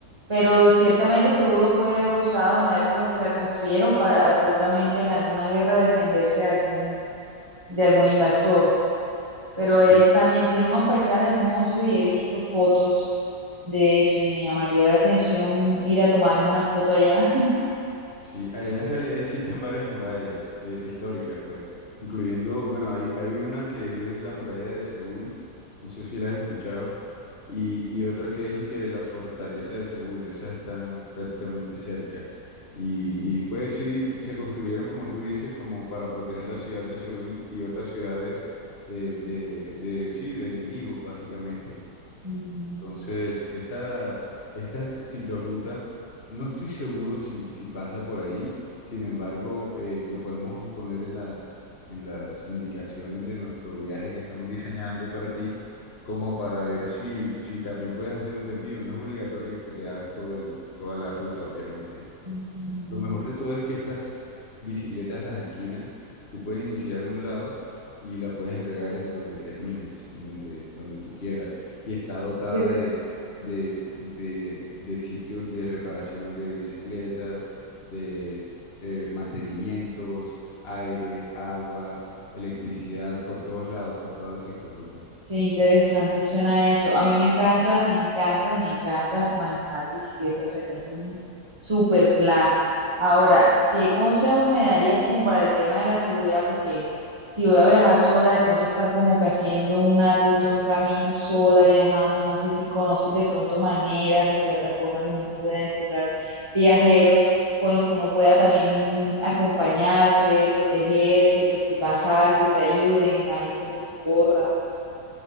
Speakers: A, on the right (about 20°); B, on the left (about 40°).
A: pero ciertamente seguro fue usado en la época en que la construyeron para seguramente en alguna guerra defenderse de algún, de algún invasor. Pero
B: sí,
A: es, también tiene unos paisajes hermosos y he visto fotos de eso y me llamaría la atención ir a tomarme una foto allá.
B: Sí, allá en realidad existen varias murallas eh, históricas, pues, incluyendo, bueno, hay, hay una que es la muralla de Seúl, no sé si la has escuchado, y, y otra que es y que la fortaleza de Seúl, esas están prácticamente cerca.
A: <laughs>
B: Y,
A: Ujú.
B: y pues sí, se construyeron, como tú dices, como para proteger la ciudad de Seúl y otras ciudades eh, de, de, sí, de enemigos, básicamente.
A: Mm.
B: Entonces, esta, esta ciclorruta, no estoy seguro si, si pasa por ahí, sin embargo, eh, lo podemos poner en las, en las indicaciones de nuestro viaje que estamos diseñando para ti, como para ver si, si también puedes hacer un desvío. No es obligatorio que te hagas todo el, toda la ruta, obviamente.
A: Mm.
B: Lo mejor de todo es que estas bicicletas las alquilan. Tú puedes iniciar en un lado y la puedes entregar en donde termines, en donde, donde tú quieras. Y está dotada
A: Qué
B: de, de, de- de sitios de reparación de bicicletas, de eh, mantenimientos, aire, agua, electricidad, por todos lados, por todas las ciclorrutas.
A: Qué interesante suena eso. A mí me encanta, me encanta, me encanta manejar bicicleta, o sea que es un super plan. Ahora, ¿qué consejos me darías como para el tema de la seguridad? Porque si voy a viajar sola, de pronto estar como que haciendo una ruta, un camino sola, viajando, no sé si conoces de pronto maneras o plataformas donde uno pueda encontrar viajeros con los que uno pueda también acompañarse, protegerse, pues si pasa algo, te ayuden, alguien que te socorra.